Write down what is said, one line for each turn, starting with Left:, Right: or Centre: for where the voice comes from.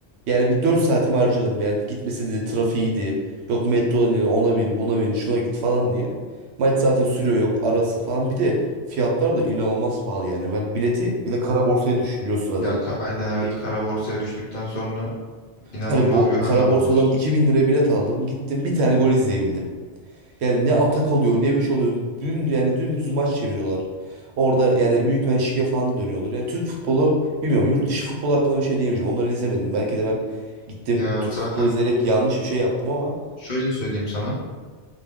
Right: yani bir 4 saatimi harcadım. Yani gitmesi de trafiğiydi. Yok metro diye ona bin buna bin şuna git falan diye. Maç zaten sürüyor yok arası falan. Bir de fiyatlar da inanılmaz pahalı yani. Ben bileti bile kara borsaya düşürüyorsun zaten.
Left: Ya ka- aynen
Right: Türkiye'nin.
Left: evet kara borsaya düştükten sonra inanılmaz
Right: Hani bu
Left: bir hal
Right: kara
Left: almaya
Right: borsadan
Left: başladı.
Right: 2000 liraya bilet aldım. Gittim bir tane gol izleyebildim. Yani ne atak oluyor ne bir şey oluyor. Dün yani dümdüz maç çeviriyorlar. Orada yani büyük bir şike falan da dönüyordur. Yani Türk futbolu bilmiyorum. Yurt dışı futbolu hakkında bir şey diyemeyeceğim. Onları izlemedim. Belki de ben gittim
Left: Ya
Right: Türk
Left: zaten
Right: futbolu izleyerek yanlış bir şey yaptım ama
Left: şöyle söyleyeyim sana.